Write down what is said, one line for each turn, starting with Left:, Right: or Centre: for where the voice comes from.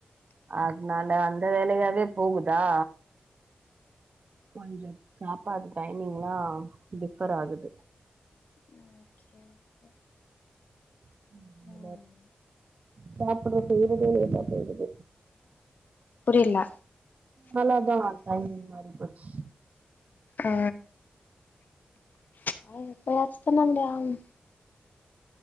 Right: அதுனால அந்த வேலையாவே போகுதா கொஞ்சோ சாப்பாடு டைமிங்ல்லா டிஃபர் ஆகுது
Left: ஆ ஓகே ஓகே
Right: <inaudible>
Left: ம்
Right: சாப்புட செய்றதே லேட்டா செய்றது
Left: புரியல
Right: நல்லதுதா டைமிங் மாரி போச்
Left: அ அவுங் எப்பயாச்சு தான வராங்